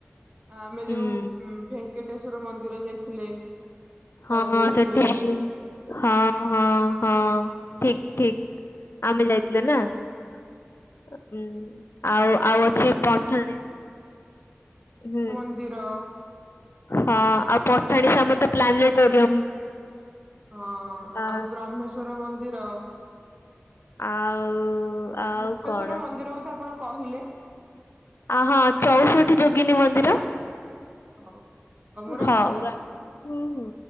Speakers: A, on the right; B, on the left.
A: ଆମେ
B: ହୁଁ
A: ଯୋଉ ଭେଙ୍କଟେଶ୍ଵର ମନ୍ଦିର ଯାଇଥିଲେ। ଜୟଦେବ
B: ହଁ ସେଠି
A: ବିହାରରେ
B: ହଁ-ହଁ-ହଁ ଠିକ୍-ଠିକ୍। ଆମେ ଯାଇଥିଲଥିଲା ନା ହୁଁ। ଆଉ ଆଉ ଅଛି ପଠାଣି ହୁଁ।
A: ନ୍ଦିର।
B: ହଁ ଆଉ ପଠାଣି ସାମନ୍ତ ପ୍ଲାନେଟୋରିୟମ।
A: ହଁ
B: ଆ
A: ଆଉ ବ୍ରହ୍ମେଶ୍ଵର ମନ୍ଦିର।
B: ଆଉ ଆଉ
A: ମୁକ୍ତେଶ୍ଵର
B: କଣ।
A: ମନ୍ଦିର କଥା ଆପଣ କହିଲେ
B: ଆ ହଁ ଚଉଷଠି ଯୋଗିନୀ ମନ୍ଦିର।
A: ହଉ ହଉ ମୁଁ ରଖୁଛି।
B: ହଉ ର ହୁଁ ଉଁ।